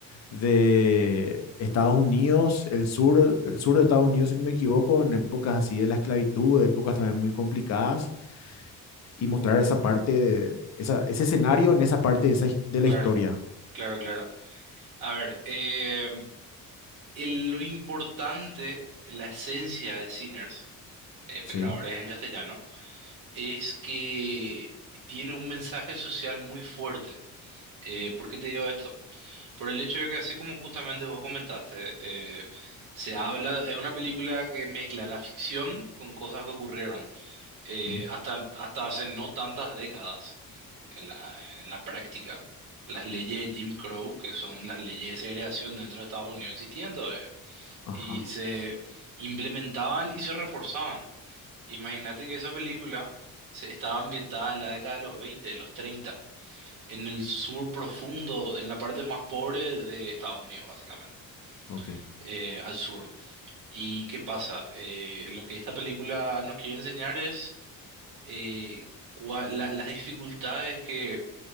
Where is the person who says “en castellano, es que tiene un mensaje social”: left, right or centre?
Right